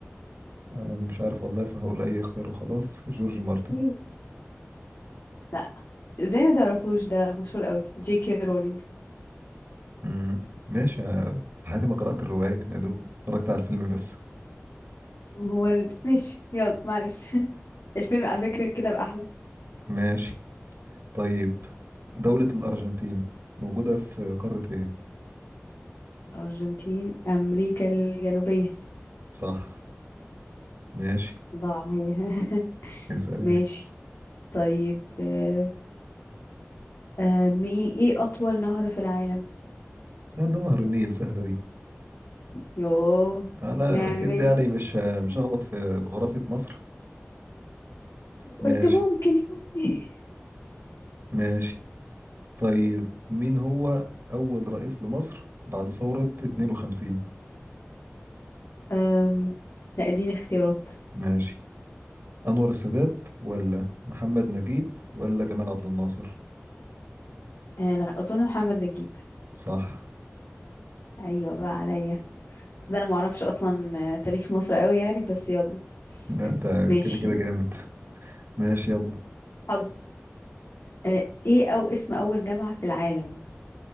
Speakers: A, on the right; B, on the left.
A: أنا مش عارف والله فهقول اي اختيار وخلاص جورج مارتن
B: مم. لا زي ما تعرفوش ده مشهور قوي جي كي رولينج
A: امم ماشي أنا في حياتي ما قرأت الرواية يا دوب اتفرجت على الفيلم بس
B: هو ال... ماشي يلا معلش <laughs> الفيلم على فكرة كتاب أحلى
A: ماشي طيب دولة الأرجنتين موجودة في قارة ايه
B: الأرجنتين أمريكا الجنوبية
A: صح ماشي
B: الله عليا <laughs>
A: اسأل
B: ماشي
A: انت
B: طيب آه، آه، مي... ايه أطول نهر في العالم
A: لا ده نهر النيل سهلة دي
B: يوه
A: آه لا
B: يعني
A: أكيد
B: ماشي
A: يعني مش مش
B: آه،
A: هغلط في جغرافية مصر
B: قلت
A: ماشي
B: ممكن يعني
A: ماشي طيب مين هو أول رئيس لمصر بعد ثورة 52
B: <laughs> أم، لا اديني اختيارات
A: ماشي أنور السادات ولا محمد نجيب ولا جمال عبد الناصر
B: أه لا اظن محمد نجيب
A: صح
B: ايوه بقى عليا ده انا معرفش اصلا آه، تاريخ مصر قوي يعني بس يلا
A: لا، أنت
B: ماشي
A: كده كده جامد ماشي يلا
B: حظ أه ايه او اسم اول جامعة في العالم